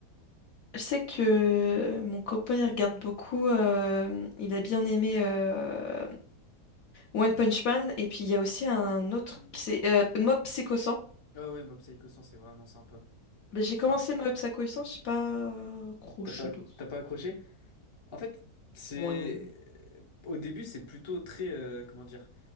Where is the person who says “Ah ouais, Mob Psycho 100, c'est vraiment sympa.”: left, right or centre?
Left